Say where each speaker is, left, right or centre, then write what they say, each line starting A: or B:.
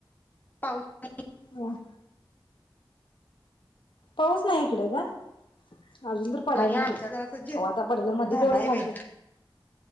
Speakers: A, on the left (about 20°); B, on the left (about 70°).
A: पावसात
B: हम पाऊस नाही इकडं गं. अजून तर पडाय नाही
A: आमच्या
B: बाई
A: जरास जे
B: कवा आता पडल मधी
A: धरलाय
B: तेवढं झालता.
A: बाई